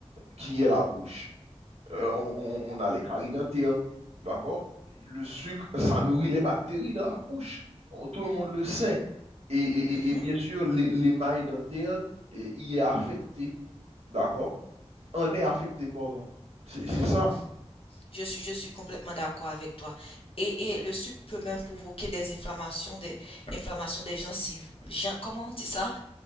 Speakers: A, on the right (about 75°); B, on the left (about 60°).
A: qui est la bouche. Euh, on, on- on a les caries dentaires, d'accord? Le sucre, ça nourrit les bactéries dans la bouche. On- Tout le monde le sait. Et, et-
B: Mhm,
A: et- et bien sûr, les- l'émail dentaire eh, y est affecté, d'accord? on est affecté, pardon. C'est c'est
B: je vois.
A: ça.
B: Je suis, je suis complètement d'accord avec toi. Et, et le sucre peut même provoquer des inflammations des, inflammations des gencives. Gen- comment on dit ça?